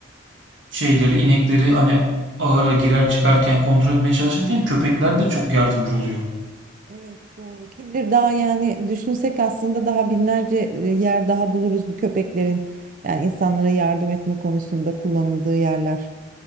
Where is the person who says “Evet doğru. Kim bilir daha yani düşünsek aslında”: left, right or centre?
Right